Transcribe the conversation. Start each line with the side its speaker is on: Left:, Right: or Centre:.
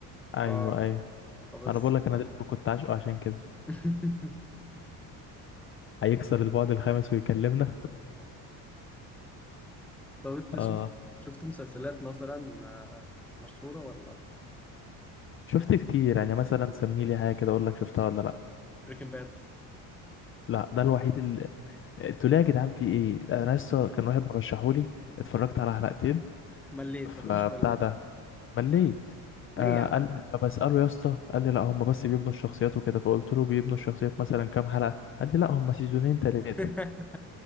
Left: ايوه
Centre: اه
Left: ايوه
Centre: فبس
Left: ما انا بقول لك انا ديدبول كنت عاشقه عشان كده
Centre: <laughs>
Left: هيكسر البعد الخامس ويكلمنا
Centre: طب انت شفت
Left: اه
Centre: شفت مسلسلات مثلا آه، مشهوره ولا
Left: شفت كتير يعني مثلا سمي لي حاجه كده اقول لك شفتها ولا لا
Centre: بريكنج باد
Left: لا ده الوحيد اللي قلت له يا جدعان في ايه انا لسه كان واحد مرشحولي اتفرجت على حلقتين
Centre: مليت
Left: فبتاع
Centre: ما تقولش مليت
Left: ده مليت
Centre: ليه
Left: آه
Centre: يا عم
Left: قال لي فبسأله يا اسطى قال لي لا هم بس بيبنوا الشخصيات وكده فقلت له بيبنوا الشخصيات مثلا كام حلقة قال لي لا هم سيزونين تلاتة
Centre: <laughs>